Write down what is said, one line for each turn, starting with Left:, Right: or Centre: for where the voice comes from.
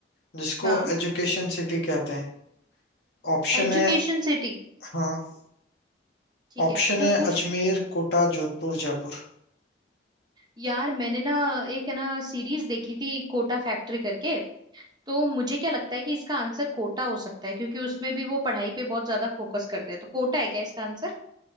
Left: जिसको
Right: हाँ
Left: एजुकेशन सिटी कहते हैं ऑप्शन
Right: Education
Left: है
Right: city
Left: हाँ
Right: ठीक
Left: ऑप्शन
Right: है पूछ
Left: है
Right: पूछ
Left: अजमेर कोटा जोधपुर जयपुर
Right: यार मैंने ना एक है ना सीरीज देखी थी कोटा फैक्ट्री करके तो मुझे क्या लगता है कि इसका आंसर कोटा हो सकता है क्योंकि उसमें भी वो पढ़ाई पे बहुत ज्यादा फोकस करते हैं तो कोटा है क्या इसका आंसर